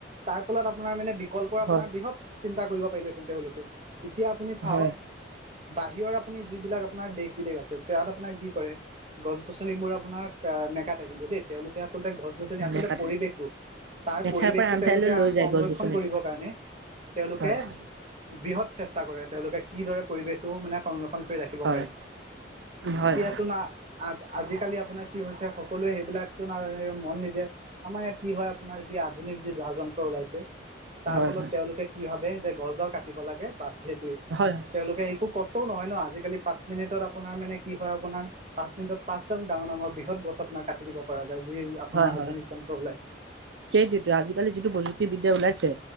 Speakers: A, on the right; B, on the right.
A: তাৰ ফলত আপোনাৰ মানে প্ৰকলল্পৰ আপোনাৰ
B: হয়
A: বৃহৎ চিন্তা কৰিব পাৰিলেহেঁতেন তেওঁলোকে এতিয়া আপুনি চাওক
B: হয় হয়
A: বাহিৰৰ আপুনি যিবিলাক আপোনাৰ দেশ বিদেশ আছে তাত আপোনাৰ কি কৰে গছ গছনিবোৰ আপোনাৰ নেকাটে কিন্তু দেই তেওঁলোকে আচলতে গছ গছনি
B: ধুনীয়া
A: আচলতে
B: কাটে
A: পৰিৱেশটো তাৰ
B: এঠাইৰ
A: পৰিৱেশটো
B: পৰা আন
A: তেওঁলোকে
B: ঠাইলৈ লৈ যায়
A: সংৰক্ষণ
B: গছ গছনিটো
A: কৰিবৰ কাৰণে তেওঁলোকে
B: হয়
A: বৃহৎ চেষ্টা কৰে তেওঁলোকে কিদৰে পৰিৱেশটো মানে সংৰক্ষণ কৈ ৰাখিব
B: হয়
A: পাৰি,
B: হয়
A: এতিয়াতো না <unintelligible> যি যা যন্ত্ৰ ওলাইছে তাৰ
B: হয়
A: ফলত তেওঁলোকে কি ভাবে যে গছডাল কাটিব লাগে বাছ সেইটোৱে,
B: হয়
A: তেওঁলোকে একো কষ্ট নহয় ন আজালি পাঁচ মিনিটত আপোনাৰ মানে কি হয়াৰ পা‍ঁচডাল ডাঙৰ ডাঙৰ বৃহৎ গছ আপোনাৰ কাটি দিব পৰা যায় যি আপোনাৰ
B: হয়
A: আধুনিক
B: হয়,
A: যন্ত্ৰ ওলাইছে
B: সেইটোতো আজিকালি যিটো বৈদ্যুতিক বিদ্যা ওলাইছে